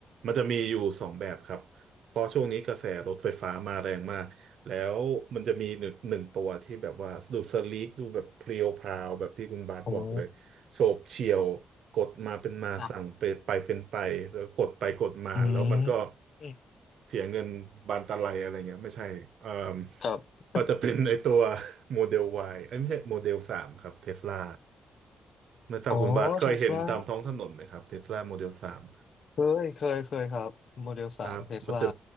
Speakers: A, on the right; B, on the left.
A: มันจะมีอยู่สองแบบครับเพราะช่วงนี้กระแสรถไฟฟ้ามาแรงมากแล้วมันจะมีหนึ่งหนึ่งตัวที่แบบว่าดูสลีกดูแบบเพรียวพราวแบบที่คุณบาสบอกเลยโฉบเฉี่ยวกดมาเป็นมาสั่งไปไปเป็นไปแล้วกดไปกดมาแล้วมันก็
B: โอ้อ่ะอืมอืม
A: เสียเงินบานตะไลอะไรเงี้ยไม่ใช่เอ่ม
B: ครับ
A: เราจะเป็นไอตัว <laughs> โมเดล Y ไอ้ยไม่ใช่โมเดลสามครับเทสลาไม่ทราบคุณบาทเคยเห็นตามท้องถนนไหมครับเทสลาโมเดลสาม
B: อ๋อเทสลาเคยเคยเคยครับโมเดลสามเทสลา
A: ครับมันจะ